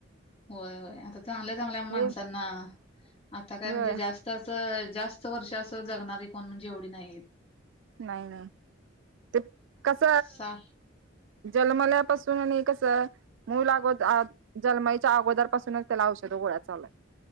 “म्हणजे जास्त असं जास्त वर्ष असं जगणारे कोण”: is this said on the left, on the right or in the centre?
Left